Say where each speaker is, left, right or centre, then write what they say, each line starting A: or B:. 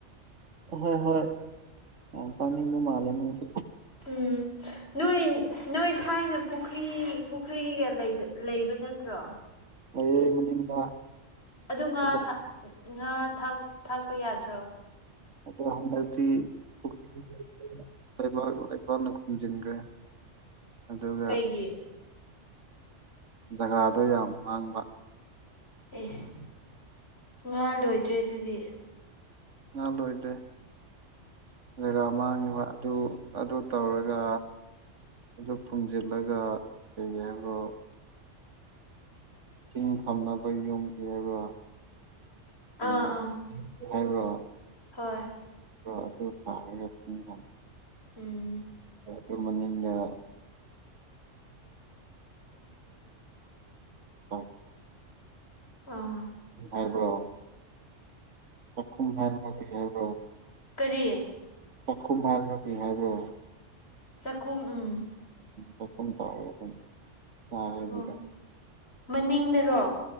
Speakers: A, on the right (about 70°); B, on the left (about 55°).
A: ꯍꯣꯏ ꯍꯣꯏ ꯌꯥꯝ ꯆꯥꯅꯤꯡꯕ ꯃꯥꯜꯂꯦ ꯅꯪꯁꯦ
B: ꯎꯝ ꯅꯣꯏ ꯅꯣꯏ ꯊꯥꯏꯅ ꯄꯨꯈ꯭ꯔꯤ ꯄꯨꯈ꯭ꯔꯤꯒ ꯂꯩꯗ ꯂꯩꯕ ꯅꯠꯇ꯭ꯔꯣ
A: ꯂꯩꯌꯦ ꯃꯅꯤꯡꯗ
B: ꯑꯗꯨ ꯉꯥ
A: ꯑꯗꯣ
B: ꯊꯥꯛ ꯉꯥ ꯊꯥꯛ ꯊꯥꯛꯄ ꯌꯥꯗ꯭ꯔꯣ
A: ꯑꯗꯨ ꯍꯟꯗꯛꯇꯤ <unintelligible> ꯂꯩꯕꯥꯛ ꯂꯩꯕꯥꯛꯅ ꯈꯨꯝꯖꯤꯟꯒ꯭ꯔꯦ ꯑꯗꯨꯒ
B: ꯀꯩꯒꯤ
A: ꯖꯒꯥꯗꯣ ꯌꯥꯝ ꯃꯥꯡꯕ
B: ꯑꯦꯁ ꯉꯥ ꯂꯣꯏꯗ꯭ꯔꯦ ꯑꯗꯨꯗꯤ
A: ꯉꯥ ꯂꯣꯏꯗꯦ ꯖꯒꯥ ꯃꯥꯡꯉꯤꯕ ꯑꯗꯨ ꯑꯗꯨ ꯇꯧꯔꯒ ꯑꯗꯨ ꯐꯨꯝꯖꯤꯜꯂꯒ ꯀꯔꯤ ꯍꯥꯏꯕ꯭ꯔꯣ ꯆꯤꯡ ꯊꯝꯅꯕ ꯌꯨꯝ ꯂꯩꯕ ꯎꯝ
B: ꯑꯥ ꯑꯥ
A: ꯍꯥꯏꯕ꯭ꯔꯣ
B: ꯍꯣꯏ
A: <unintelligible> <unintelligible>
B: ꯎꯝ
A: ꯗꯨ ꯃꯅꯤꯡꯗ <unintelligible>
B: ꯑꯥ
A: ꯍꯥꯏꯕ꯭ꯔꯣ ꯆꯈꯨꯝ ꯍꯥꯏꯕ꯭ꯔꯣ ꯀꯔꯤ ꯍꯥꯏꯕ꯭ꯔꯣ
B: ꯀꯔꯤ
A: ꯆꯈꯨꯝ ꯍꯥꯏꯕ꯭ꯔꯥ ꯀꯩ ꯍꯥꯏꯕ꯭ꯔꯣ
B: ꯆꯥꯛꯈꯨꯝ ꯎꯝ
A: <unintelligible> ꯑꯗꯨꯗ
B: ꯑꯣ ꯃꯅꯤꯡꯗꯔꯣ